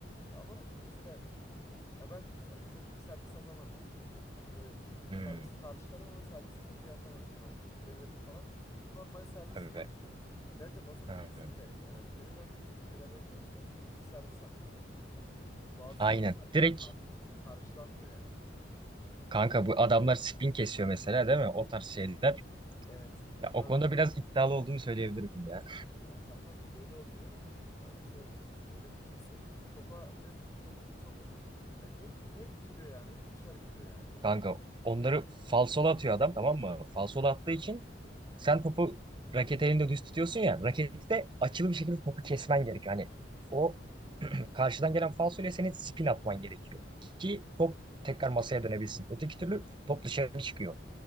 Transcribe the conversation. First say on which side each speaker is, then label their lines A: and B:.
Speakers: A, on the left; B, on the right.
A: Ya ama mesela ya ben hani çok iyi servis atamam mesela. Hani böyle servis
B: Hı,
A: karşılarım ama servisi çok iyi atamam yani. Hani denerim falan. Normal servis
B: evet.
A: başlatırım. Bence masa tenisinde
B: Hı hı.
A: yani en önemli şeylerden bir tanesi de iyi servis atmak. Ya çünkü bazı
B: Aynen.
A: servisler var
B: Direkt
A: kar- karşılanmıyor yani.
B: kanka bu adamlar spin kesiyor mesela değil mi? O tarz şeyler.
A: Evet.
B: Ya,
A: Yani
B: o konuda biraz iddialı olduğumu söyleyebilirim ya.
A: ya kankam şöyle oluyor. Ya mesela öyle bir kesiyor ki topa ne türlü dokunursan dokun hani hep hep gidiyor yani. Hep dışarı gidiyor yani. Hani
B: Kanka onları falsolu atıyor adam tamam mı? Falsolu
A: evet
B: attığı için sen topu raket elinde düz tutuyorsun ya. Raketi de açılı bir şekilde topu kesmen gerekiyor. Hani o <clears throat> karşıdan gelen falsoyla senin spin atman gerekiyor. Ki top tekrar masaya dönebilsin. Öteki türlü top dışarı çıkıyor.